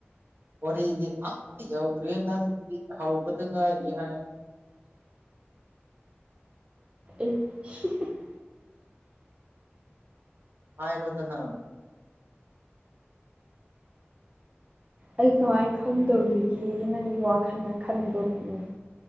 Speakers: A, on the right (about 60°); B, on the right (about 30°).
A: ꯋꯥꯔꯤꯗꯤ ꯑꯝ ꯌꯎꯗ꯭ꯔꯦꯍ‌ꯦ ꯅꯪꯗꯤ ꯍꯧꯕꯗ ꯉꯥꯏꯔꯤ ꯍꯥꯏ
B: ꯏꯁ <inaudible>
A: ꯍꯥꯏꯔꯣꯗꯅ
B: ꯑꯩ ꯀꯃꯥꯏ ꯈꯪꯗꯧꯔꯤꯒꯦ ꯅꯪꯒꯤ ꯋꯥꯈꯜꯅ ꯈꯟꯕꯕꯨ